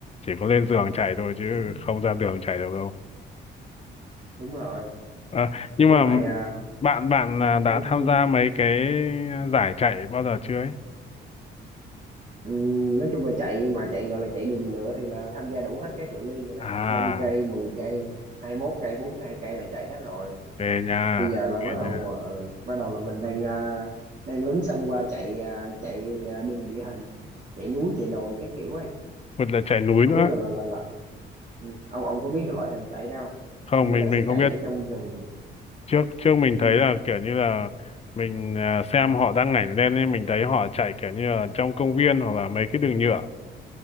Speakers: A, on the left; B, on the right.
A: chỉ có lên giường chạy thôi chứ
B: đúng
A: không ra đường chạy được
B: đúng rồi
A: Ờ, nhưng
B: với
A: mà
B: lại à,
A: bạn bạn à, đã
B: ừ,
A: tham
B: ừ.
A: gia mấy cái giải chạy bao giờ chưa ấy?
B: Ừm, nói chung là chạy mà chạy gọi là chạy đường nhựa thì là tham gia đủ hết các cự ly rồi đó
A: À,
B: năm cây 10 cây hai mốt cây bốn hai cây là chạy hết rồi
A: về nhà,
B: bây giờ là
A: về
B: bắt đầu
A: nhà.
B: ờ, bắt đầu là mình đang à, đang lớn sân qua chạy à, chạy à, đường địa hình chạy núi chạy đồi các kiểu ấy
A: Một là chạy núi
B: không
A: nữa.
B: biết là là là, là. Ừ. ông ông có biết cái loại hình chạy đó không
A: Không,
B: kiểu
A: mình
B: là sẽ
A: mình không
B: chạy
A: biết.
B: ở trong rừng
A: Trước trước mình
B: ừ.
A: thấy là kiểu như là mình à, xem họ đăng ảnh lên nên mình thấy họ chạy kiểu như là trong công viên hoặc là mấy cái đường nhựa